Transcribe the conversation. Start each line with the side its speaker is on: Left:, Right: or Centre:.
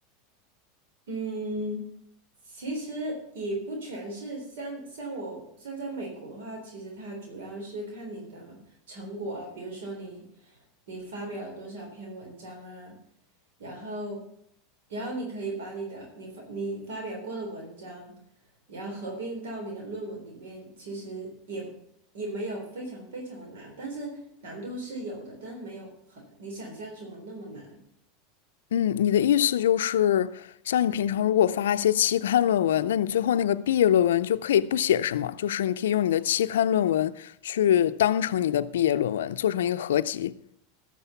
Right: 嗯，其实也不全是像像我像在美国的话，其实它主要是看你的成果啊，比如说你你发表了多少篇文章啊，然后然后你可以把你的你发你发表过的文章，然后合并到你的论文里面，其实也也没有非常非常的难，但是难度是有的，但是没有很你想象中的那么难。
Left: 嗯，你的意思就是，像你平常如果发一些期刊论文，那你最后那个毕业论文就可以不写，是吗？就是你可以用你的期刊论文去当成你的毕业论文，做成一个合集。